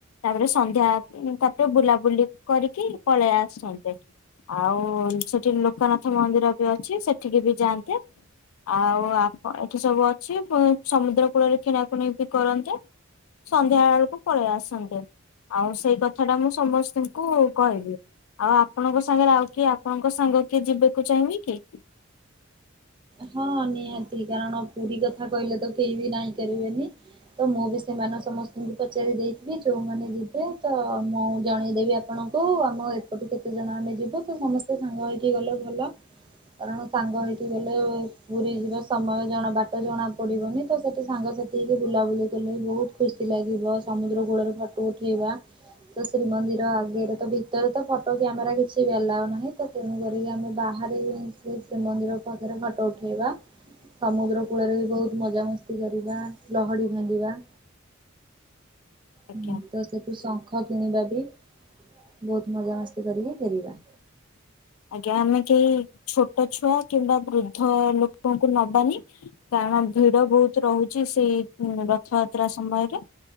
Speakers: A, on the left; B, on the right.
A: ତାପରେ ସନ୍ଧ୍ୟା ତାପରେ ବୁଲାବୁଲି କରିକି ପଳେଇ ଆସନ୍ତେ। ଆଉ ସେଠି ଲୋକନାଥ ମନ୍ଦିର ବି ଅଛି ସେଠିକି ବି ଯାଆନ୍ତେ। ଆଉ ଆପ ଏଠି ସବୁ ଅଛି ସମୁଦ୍ର କୂଳରେ କିଣାକୁଣି ବି କରନ୍ତେ। ସନ୍ଧ୍ୟା ବେଳକୁ ପଳେଇ ଆସନ୍ତେ। ଆଉ ସେଇ କଥା ଟା ମୁଁ ସମସ୍ତଙ୍କୁ କହିବି। ଆଉ ଆପଣଙ୍କ ସାଙ୍ଗରେ ଆଉ କିଏ ଆପଣଙ୍କ ସାଙ୍ଗ କିଏ ଯିବାକୁ ଚାହିଁବେ କି?
B: ହଁ ନିହାତି କାରଣ ପୁରୀ କଥା କହିଲେ ତ କେହି ବି ନାଇଁ କରିବେନି। ତ ମୁଁ ବି ସେମାନେ ସମସ୍ତଙ୍କୁ ପଚାରି ଦେଇଥିବି ଯୋଉମାନେ ଯିବେ ତ ମୁଁ ଜଣେଇଦବି ଆପ୍ ଆପଣଙ୍କୁ ଆମ ଏପଟୁ କେତେ ଜଣ ଆମେ ଯିବୁ ତ ସମସ୍ତେ ସାଙ୍ଗ ହେଇକି ଗଲେ ଭଲ। କାରଣ ସାଙ୍ଗ ହେଇକି ଗଲେ ପୁରୀ ଯିବା ସମୟ ଜଣା ବାଟ ଜଣା ପଡିବନି ତ ସେଠି ସାଙ୍ଗ ସାଥି ହେଇକି ବୁଲାବୁଲି କଲେ ବି ବୋହୁତ ଖୁସି ଲାଗିବ ସମୁଦ୍ର କୂଳରେ ଫଟୋ ଉଠେଇବା। ତ ଶ୍ରୀମନ୍ଦିର ଆଗେଇରେ ତ ଭିତରେ ତ ଫଟୋ କ୍ୟାମେରା କିଛି ବି ଆଲାଉ ନାହିଁ ତ ତେଣୁ କରିକି ଆମେ ବାହାରେ ହି ସେ ଶ୍ରୀମନ୍ଦିର ପାଖରେ ଫଟୋ ଉଠୋ ଇବା ସମୁଦ୍ର କୂଳରେ ବି ବୋହୁତ ମଜାମସ୍ତି କରିବା ଲହଡ଼ି ଭାଙ୍ଗିବା।
A: ଆଜ୍ଞା
B: ହୁଁ ତ ସେଠୁ ଶଙ୍ଖ କିଣିବା ବି ବୋହୁତ ମଜାମସ୍ତି କରିକି ଫେରିବା।
A: ଆଜ୍ଞା ଆମେ କେହି ଛୋଟ ଛୁଆ କିମ୍ବା ବୃଦ୍ଧ ଲୋକଙ୍କୁ ନବାନି। କାରଣ ଭିଡ ବୋହୁତ ରୋହୁଚି ସେଇ ରଥଯାତ୍ରା ସମୟରେ।